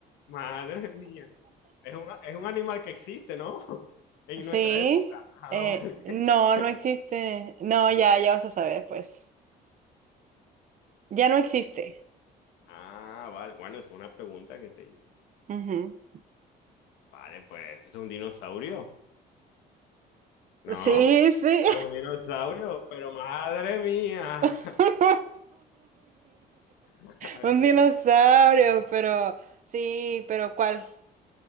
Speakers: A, on the left; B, on the right.
A: Madre mía. Es un, es un animal que existe, ¿no? <laughs> En
B: sí,
A: nuestra época. Ah,
B: eh,
A: vale.
B: no,
A: <laughs>
B: no existe. No, ya, ya vas a saber, pues. Ya no existe.
A: Ah, vale. Bueno, es una pregunta que te hice.
B: Ujú.
A: Vale, pues es un dinosaurio. No,
B: Sí, sí.
A: es un dinosaurio, pero madre mía,
B: <laughs>
A: <laughs> madre
B: Un dinosaurio,
A: mía, Claudia.
B: pero sí, pero ¿cuál?